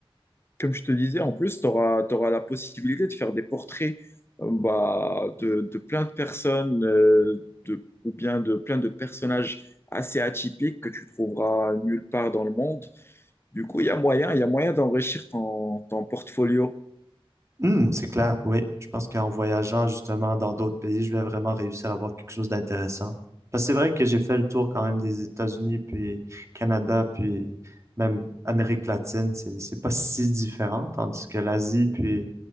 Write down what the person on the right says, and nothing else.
Hmm, c'est clair, oui. Je pense qu'en voyageant justement dans d'autres pays, je vais vraiment réussir à avoir quelque chose d'intéressant. Parce que c'est vrai que j'ai fait le tour quand même des États-Unis, puis Canada, puis même Amérique latine. C'est, c'est pas si différent, tandis que l'Asie, puis